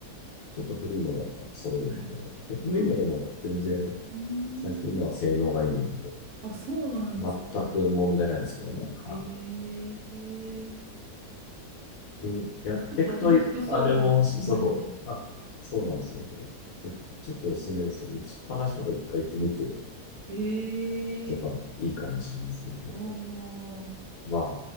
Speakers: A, on the left; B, on the right.
A: ちょっと古いのだったら揃うんで、
B: はい。
A: で、古いのでも全然
B: あ、うーん。
A: 最近のは性能がいいんで、
B: あ、そうなんですね。
A: 全く問題ないですけどね。は
B: ええ
A: い。で、やっていくと、
B: あ、ちょっと面白そうかなと思いました。
A: あれも、そう、あ、そうなんですよ。ぜちょっとおすすめですよ。打ちっぱなしとか一回行ってみて
B: ええ
A: とかいいかもしれないですけども。
B: おー、
A: まあ、